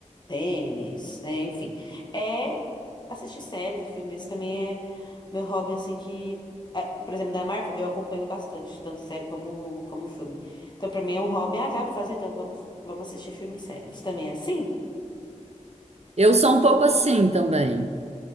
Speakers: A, on the left; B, on the right.
A: tênis, né? Enfim, é assistir séries e filmes. Esse também é meu hobby, assim, que... ah, Por exemplo, da Marvel, eu acompanho bastante, tanto série como, como filme. Então, pra mim é um hobby. Ah, dá pra fazer? Então, vamos, vamos assistir filme e série. Você também é assim?
B: Eu sou um pouco assim também,